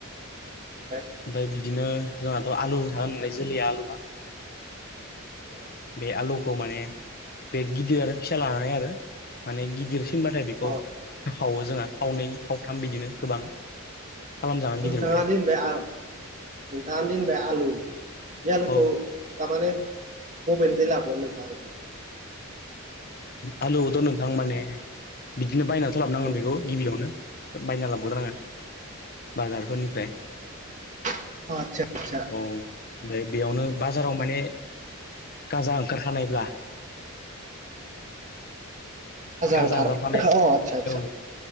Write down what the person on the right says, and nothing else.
<inaudible>
औ।
अ अ
नोंथाङा
दि होनबाय आ दान्दन बे आलु बे आलुखौ
माबानो बबेनिफ्राय लाबो नोंथांङा बेखो?
उम
अ आतसा आतसा।
ओंखार
अ आदसा आदसा